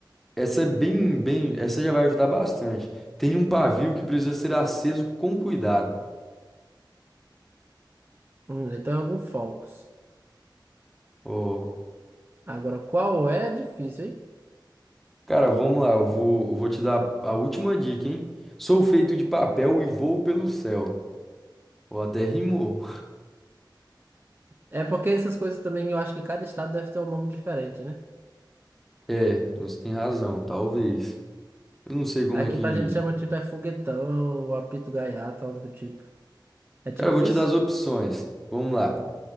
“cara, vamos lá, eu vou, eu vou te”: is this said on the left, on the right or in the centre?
Centre